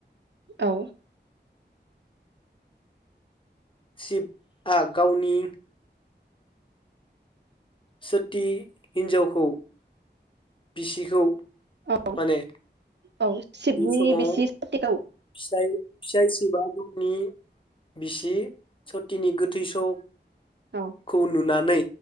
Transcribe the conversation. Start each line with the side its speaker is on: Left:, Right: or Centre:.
Right: औ
Left: शिबआ गावनि सोटि हिन्जावखौ बिसिखौ
Right: औ
Left: माने
Right: औ सिबनि
Left: बे समाव
Right: बिसि सोटिखौ
Left: फिसाय फिसाय सिबआ गावनि बिसि सतिनि गोथै स
Right: औ
Left: खौ नुनानै